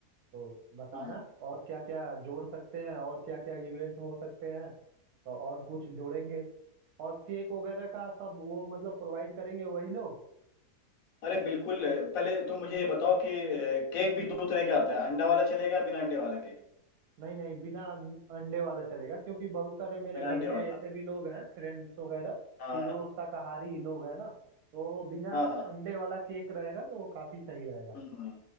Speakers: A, on the right (about 70°); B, on the left (about 65°).
A: तो बताना
B: हम्म।
A: और क्या क्या जोड़ सकते हैं और क्या क्या इवेंट हो सकते हैं तो और कुछ जोड़ेंगे और केक वगैरह का सब वो मतलब प्रोवाइड करेंगे वही लोग
B: अरे बिल्कुल पहले तुम मुझे ये बताओ कि अ, केक भी दो तरह का आता है अंडा वाला चलेगा बिना अंडे वाला केक
A: नहीं नहीं बिना अंडे वाला चलेगा क्योंकि बहुत सारे मेरे
B: बिना
A: घर
B: अंडे
A: में
B: वाला
A: ऐसे भी लोग हैं फ्रेंड्स वगैरह
B: हाँ
A: कि जो शाकाहारी लोग हैं ना तो बिना
B: हाँ हाँ हाँ।
A: अंडे वाला केक रहेगा तो वो काफी सही रहेगा
B: हम्म